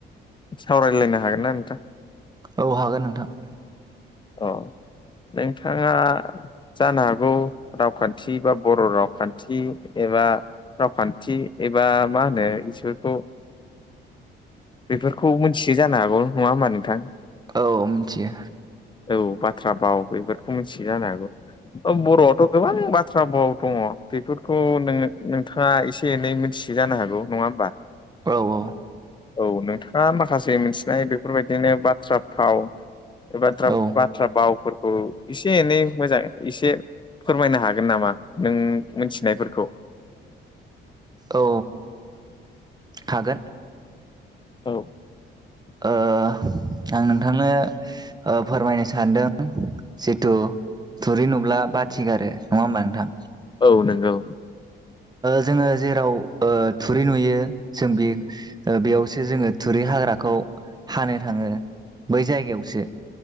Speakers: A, on the left; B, on the right.
A: सावरायलायनो हागोन ना नोंथां
B: औ हागोन नोंथां
A: अ नोंथाङा जानो हागौ रावखान्थि बा बर' रावखान्थि एबा रावखान्थि एबा मा होनो इसोरखौ बेफोरखौ मिथियो जानो हागौ नङा होमबा नोंथां
B: औ मिथियो
A: औ बाथ्रा बाव बेफोरखौ मिथियो जानो हागौ बर'आथ' गोबां बाथ्रा फाव दङ बेफोरखौ नोङो नोंथाङा एसे एनै मोनथि यो जानो हागौ नङा होमबा
B: औ औ
A: औ नोंथाङा माखासे मिथिनाय बेफोरबायदिनो बाथ्रा फाव एबा
B: औ
A: बाथ्रा बावफोर औ एसे एनै मोजां एसे फोरमायनो हागोन नामा नों मिथिनायफोरखौ
B: औ हागोन
A: औ <inaudible>
B: ओ आं नोंथांनो फोरमायनो सानदों जिथु थुरि नुब्ला बाथि गारो नङा होमबा नोंथां
A: औ नंगौ
B: जोङो जेराव थुरि नुयो जों बे बेयावसो जोङो थुरि हाग्राखौ हानो थाङो बै जायगायावसो